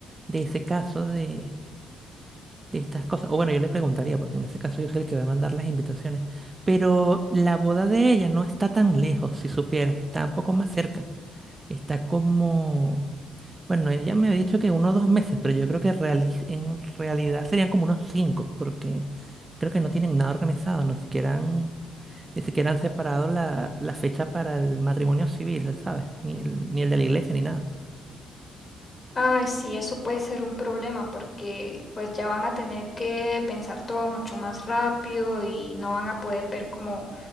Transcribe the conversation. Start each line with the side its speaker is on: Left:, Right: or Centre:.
Right: de ese caso de, de estas cosas. O bueno, yo le preguntaría, porque en ese caso yo soy el que va a mandar las invitaciones. Pero la boda de ella no está tan lejos, si supieras, está un poco más cerca. Está como... Bueno, ella me había dicho que uno o dos meses, pero yo creo que reali- en realidad serían como unos cinco, porque creo que no tienen nada organizado, no siquiera han, ni siquiera han separado la, la fecha para el matrimonio civil, ¿sabes? Ni el, ni el de la iglesia, ni nada.
Left: Ay, sí, eso puede ser un problema porque pues ya van a tener que pensar todo mucho más rápido y no van a poder ver como